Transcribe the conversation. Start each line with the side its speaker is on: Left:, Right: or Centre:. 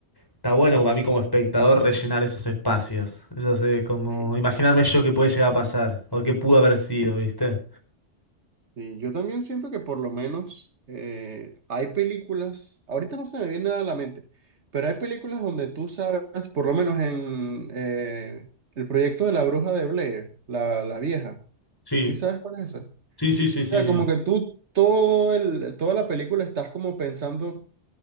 Left: Está bueno para mí como espectador rellenar esos espacios. Eso es como
Right: Sí,
Left: imaginarme yo qué puede llegar a pasar o qué pudo haber sido, ¿viste?
Right: sí, yo también siento que por lo menos eh, hay películas, ahorita no se me viene nada a la mente, pero hay películas donde tú sabes, por lo menos en eh, el proyecto de la bruja de Blair, la, la vieja,
Left: Sí,
Right: ¿sí sabes cuál es esa?
Left: sí, sí, sí, sí,
Right: O sea,
Left: sí.
Right: como que tú todo el, toda la película estás como pensando